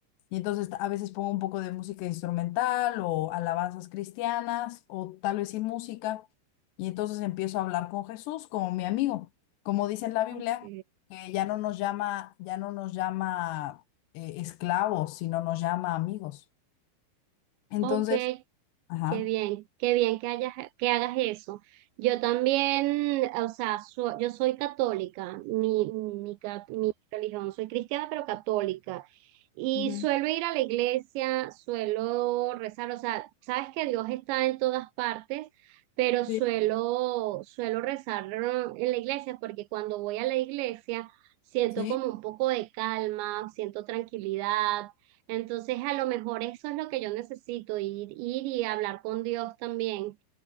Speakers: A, on the left (about 75°); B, on the right (about 80°).
A: y entonces a veces pongo un poco de música instrumental o alabanzas cristianas o tal vez sin música. Y entonces empiezo a hablar con Jesús como mi amigo. Como dice en la Biblia,
B: Ok,
A: que ya no nos llama, ya no nos llama eh, esclavos, sino nos llama amigos. Entonces,
B: Ok,
A: ajá.
B: Qué bien, qué bien que hayas, que hagas eso. Yo también, o sea, so- yo soy católica, mi, mi, ca- mi religión, soy cristiana pero católica. Y
A: Ujú.
B: suelo ir a la iglesia, suelo rezar, o sea, sabes que Dios está en todas partes, pero suelo,
A: Sí,
B: suelo rezar ¿no? en la iglesia porque cuando voy a la iglesia siento
A: sí.
B: como un poco de calma, siento tranquilidad, entonces, a lo mejor eso es lo que yo necesito, ir, ir y hablar con Dios también.